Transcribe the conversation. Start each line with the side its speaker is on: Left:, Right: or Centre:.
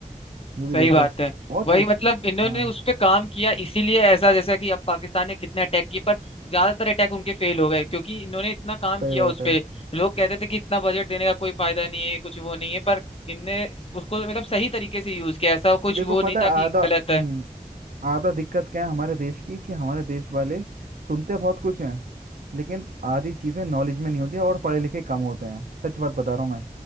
Right: ये भी
Left: सही
Right: देखो
Left: बात है
Right: बहुत
Left: वही
Right: चीज
Left: मतलब इन्होंने
Right: हाँ
Left: उस पे काम किया इसीलिए ऐसा जैसा कि अब पाकिस्तान ने कितने अटैक किए पर ज्यादातर अटैक उनके फेल हो गए क्योंकि इन्होंने इतना काम
Right: सही
Left: किया
Right: बात
Left: उस
Right: है
Left: पे लोग कहते थे कि इतना बजट देने का कोई फायदा नहीं है कुछ वो नहीं है पर इनने उसको मतलब सही तरीके से यूज किया ऐसा कुछ
Right: देखो
Left: वो
Right: पता
Left: नहीं
Right: है
Left: था कि
Right: आधा
Left: गलत
Right: हम्म
Left: है
Right: आधा दिक्कत क्या है हमारे देश की कि हमारे देश वाले सुनते बहुत कुछ हैं लेकिन आधी चीजें नॉलेज में नहीं होती और पढ़े लिखे कम होते हैं सच बात बता रहा हूँ मैं